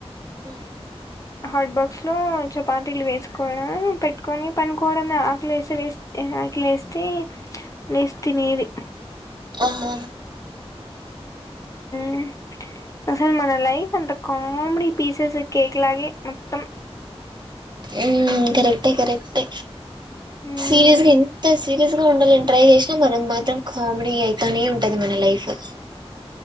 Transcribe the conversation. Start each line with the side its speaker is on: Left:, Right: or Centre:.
Right: ఉమ్
Left: హాట్ బాక్స్లో చపాతీలు వేసుకోవడ పెట్టుకొని పడుకోవడమే ఆకలేసి వేస్ ఆకలేస్తే లేసి తినేది
Right: ఆహా
Left: మ్ అసల్ మన లైఫ్ అంత కామెడి పీసెస్ కేక్ లాగే మొత్తం
Right: ఉ కరెక్టే కరెక్టె
Left: మ్మ్
Right: సీరియస్ గ ఎంత సీరియస్ ఉండలని ట్రై చేసినా మనం మాత్రం కామెడీ అయితనే ఉంటది మన లైఫ్ లొ